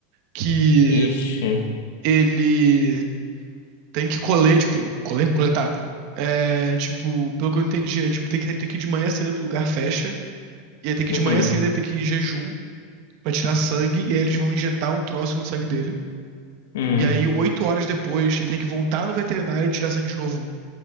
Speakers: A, on the right (about 45°); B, on the left (about 75°).
A: que
B: Ixi.
A: ele tem que colher, tipo, colher, coletar. É, tipo, pelo que eu entendi, é de- tem que, tem que ir de manhã cedo pro lugar fecha, e aí tem que
B: Uhum.
A: ir de manhã cedo, e tem que ir em jejum pra tirar sangue, e aí eles vão injetar um troço no sangue dele.
B: Uhum.
A: E aí, oito horas depois, ele tem que voltar no veterinário e tirar sangue de novo.